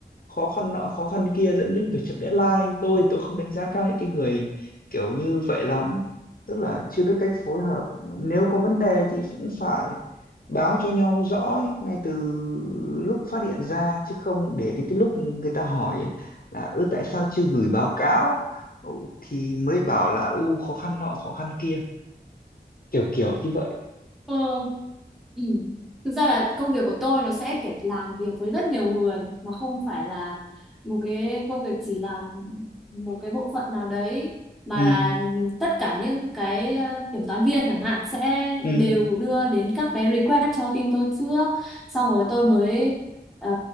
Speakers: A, on the left; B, in the centre.
A: khó khăn nọ khó khăn kia dẫn đến việc chậm deadline tôi tôi không đánh giá cao những cái người kiểu như vậy lắm tức là chưa biết cách phối hợp nếu có vấn đề thì cũng phải báo cho nhau rõ ấy, ngay từ lúc phát hiện ra chứ không để đến cái lúc người ta hỏi là ư tại sao chưa gửi báo cáo ừ, thì mới bảo là u khó khăn nọ khó khăn kia kiểu kiểu như vậy
B: Ờ, ừ. Thực ra là công việc của tôi nó sẽ kiểu làm việc với rất nhiều người nó không phải là một cái công việc chỉ làm một cái bộ phận nào đấy mà
A: ừ
B: là tất cả những cái ờ, kiểm toán viên chẳng hạn sẽ
A: ừ
B: đều đưa đến các cái request cho team tôi trước xong rồi tôi mới ờ,